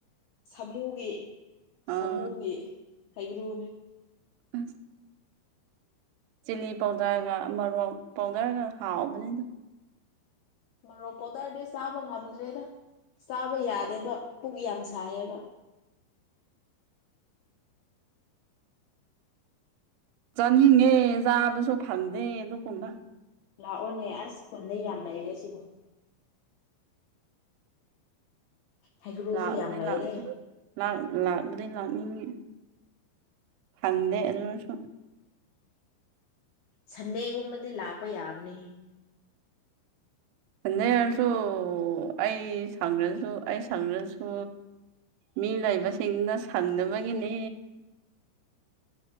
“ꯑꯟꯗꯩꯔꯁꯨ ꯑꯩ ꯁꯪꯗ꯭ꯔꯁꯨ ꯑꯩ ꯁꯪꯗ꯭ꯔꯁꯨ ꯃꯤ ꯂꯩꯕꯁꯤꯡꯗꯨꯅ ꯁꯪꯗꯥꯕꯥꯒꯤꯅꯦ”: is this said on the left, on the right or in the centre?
Right